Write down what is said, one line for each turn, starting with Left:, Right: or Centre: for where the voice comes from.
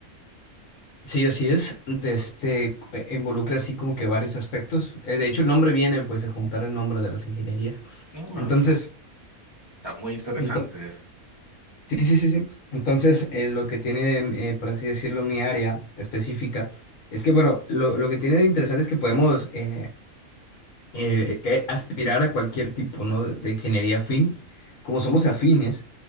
Left: Sí, así es. De este,
Right: O-
Left: cu- eh, involucra así como que varios aspectos. Eh, de hecho, el nombre viene pues de juntar el nombre de las ingenierías.
Right: no,
Left: Entonces,
Right: o sea, está muy interesante
Left: ento-
Right: eso.
Left: sí, sí, sí, sí. Entonces, eh, lo que tiene, mm, eh, por así decirlo, mi área específica es que, bueno, lo, lo que tiene de interesante es que podemos eh, eh, que aspirar a cualquier tipo, ¿no? de, de ingeniería afín. Como somos afines,